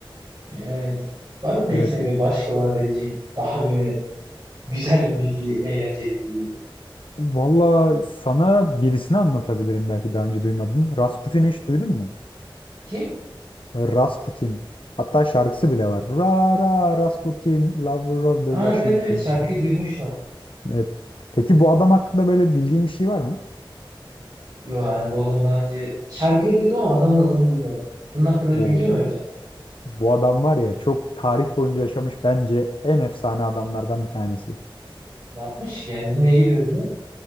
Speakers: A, on the right; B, on the left.
A: Evet. Var mı peki
B: Gerçek.
A: senin böyle başka bana vereceğin daha böyle güzel bir bilgi, eğlenceli bir bilgi?
B: Valla sana birisini anlatabilirim belki daha önce duymadın. Rasputin'i hiç duydun mu?
A: Kim?
B: Rasputin. Hatta şarkısı bile var. Ra ra Rasputin, lover of the
A: Aa
B: Russian
A: evet evet
B: Queen.
A: şarkıyı duymuştum.
B: Evet. Peki bu adam hakkında böyle bildiğin bir şey var mı?
A: Yo yani bu adamı daha önce şarkıyı duydum ama adamın adını duymadım. Bunun hakkında
B: Oo.
A: bir bilgi mi vereceksin?
B: Bu adam var ya çok tarih boyunca yaşamış bence en efsane adamlardan bir tanesi.
A: Ne yapmış ki yani? Neyle ünlü?